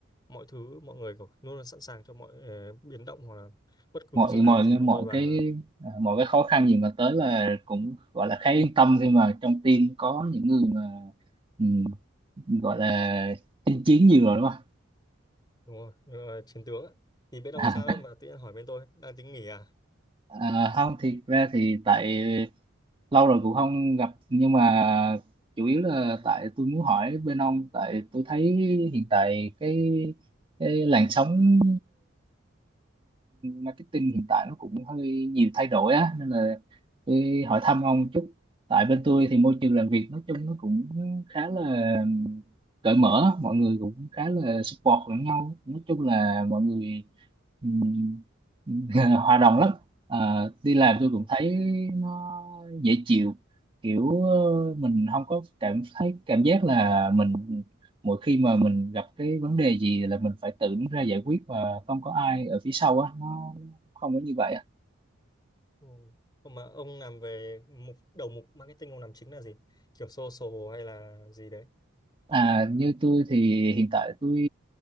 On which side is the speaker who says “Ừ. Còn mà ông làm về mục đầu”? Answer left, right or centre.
Left